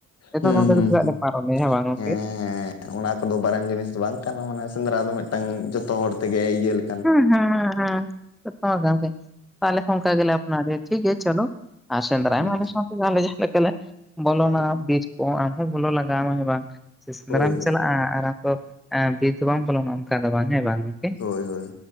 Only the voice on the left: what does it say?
ᱦᱮᱸ
ᱦᱩᱸ
ᱦᱩᱸ
ᱦᱮᱸ ᱚᱱᱟ ᱠᱚᱫᱚ ᱵᱟᱨᱟᱱ ᱡᱤᱱᱤᱥ ᱫᱚ ᱵᱟᱝ ᱠᱟᱱᱟ ᱢᱟᱱᱮ ᱥᱮᱸᱫᱽᱨᱟ ᱫᱚ ᱢᱤᱫᱴᱟᱝ ᱡᱚᱛᱚ ᱦᱚᱲ ᱛᱮᱜᱮ ᱤᱭᱟᱹ ᱞᱮ
ᱦᱩᱸ
ᱦᱳᱭ ᱦᱳᱭ
ᱦᱳᱭ ᱦᱳᱭ᱾